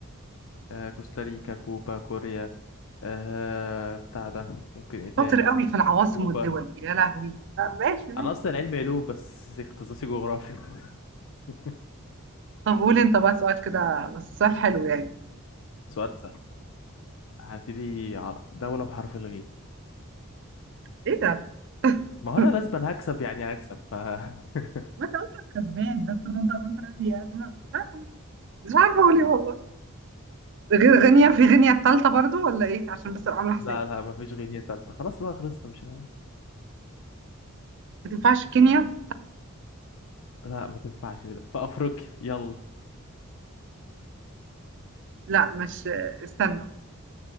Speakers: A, on the left (about 65°); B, on the right (about 60°).
A: آه كوستاريكا كوبا كوريا آه بتاع ده ممكن ايه تاني
B: شاطر قوي في العواصم
A: كوبا
B: والدول يا لهوي طب ماشي ماشي
A: انا اصلا علمي علوم بس اختصاصي جغرافي <laughs>
B: طب قول انت بقى سؤال كده بس سؤال حلو يعني
A: سؤال سهل هاتلي ع- دولة بحرف الغين
B: ايه ده
A: ما هو انا
B: <laughs>
A: لازم هكسب يعني هكسب ف... <laughs>
B: ما انت اصلا كسبان ده انت ده انت ده انت غنية. ده أنا مش عارفه اقول ايه مش عارفه اقول ايه والله غير غينيا في غينيا التالتة برضو ولا ايه عشان بس ابقى عامله حسابي
A: لا لا ما فيش غينية تالتة خلاص بقى خلصنا مش ه...
B: ما تنفعش كينيا
A: لا ما تنفعش لا. في افريقيا يلا
B: لا مش استنى